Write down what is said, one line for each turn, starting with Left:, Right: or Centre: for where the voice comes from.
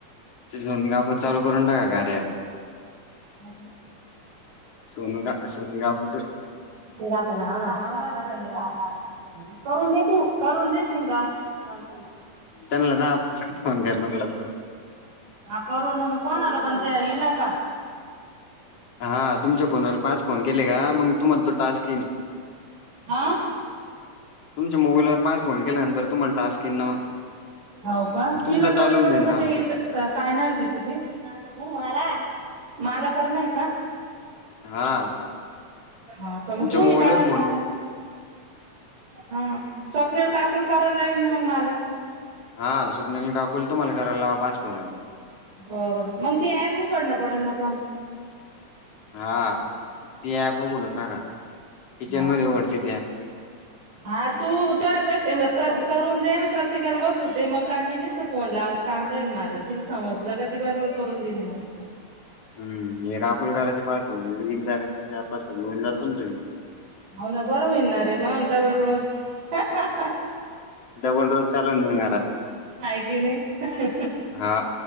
Left: त्यांचं जाऊ दे आपण चालू करून टाका कार्या ॲप.
Right: <unintelligible>
Left: सोनु का सोन काकूच
Right: दाखव हे ना करून देतू करून दे श का <unintelligible>
Left: त्या लढा फोन कर बड
Right: ह करुणा म कोणाला त्या हिला का.
Left: हा तुमच्या फोनवर पाच फोन केले का मग तुम्हाला तो टास्क येईन.
Right: हा
Left: तुमच्या मोबाईलवर पाच फोन केल्यानंतर तुम्हाला टास्क येईन ना
Right: हो का तिला
Left: तुमचं
Right: करण
Left: चालू होऊन
Right: पडेल
Left: जाईन
Right: का
Left: हा
Right: ते. काय नाव आहे तीच ते तुम्हाला मला करणार का?
Left: हा
Right: का मग
Left: तुमच्या
Right: तुम्ही
Left: मोबाईलवर
Right: क ना
Left: फोन
Right: मला हा स्वप्ने लागली काकुल करायला लावील ना मग मला
Left: हा स्वप्ने काकूला तुम्हाला करायला लावा पाच फोन
Right: बरं मग ती ऍप उघडणं पडल ना पण
Left: हा ती ऍप उघडून टाका किचन
Right: हा
Left: मध्ये उघडची ती ऍप
Right: हा तू तोय पशी करून दे मी प्रत्येकाला बसवते मग काय मी नसत फोनलात काम राहीन मारलं तिला समजलं का ती बरोबर करून देईन मग
Left: हम् हे राकुल काच्या पासून निला चार पासून घेऊन जातो ना सग म
Right: हो ना सर्व ना रे मग डबल जर
Left: डबल रोज चालून जाईन घरात
Right: आहे की नाही
Left: हा